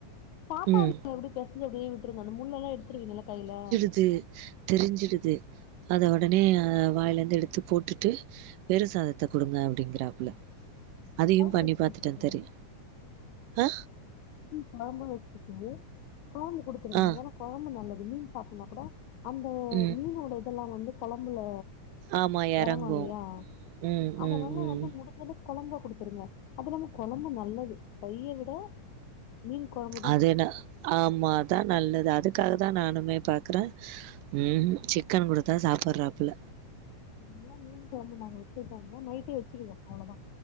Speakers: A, on the left; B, on the right.
A: சாப்பாடுல
B: ம்.
A: அப்டியே பேசச்சு அப்டியே விட்டுருங்க அந்த முள்ள எல்லா எடுத்துருவீங்கல்ல கையில
B: <unintelligible> தெரிஞ்சிடுது அத உடனே வாயிலேருந்து எடுத்து போட்டுட்டு வெறும் சாதத்த குடுங்க அப்படிங்கறாப்புல அதயு
A: வேக
B: பண்ணி
A: வச்சு
B: பாத்துட்டே
A: குடுத்துருங்க
B: தெரியு ஆ
A: மீன் குழம்பு வச்சிட்டு குழம்பு குடுத்துருங்க
B: ஆ
A: ஏன்னா குழம்பு நல்லது மீன் சாப்பிடனாலு கூட அந்த
B: ம்
A: மீனோட இதெல்லா வந்து குழம்புல
B: ஆமா எறங்கு
A: இறங்கு இல்லயா
B: ம்
A: அத
B: ம்
A: வந்து
B: ம்
A: வந்து முடிஞ்சளவுக்கு குழம்பா குடுத்துருங்க அப்பறம் குழம்பு நல்லது தைய விட மீன் குழும்பு
B: அது என்ன ஆமா அதா நல்லது அதுக்காக தா நானுமே பாக்கறே ம்கு சிக்கன் கொடுத்தா சாப்படறாப்புல
A: நாங்க எல்லா மீன் குழம்பு நாங்க வைக்கறதா இருந்த நைட்டே வச்சிடுவோ அவ்வளவுதா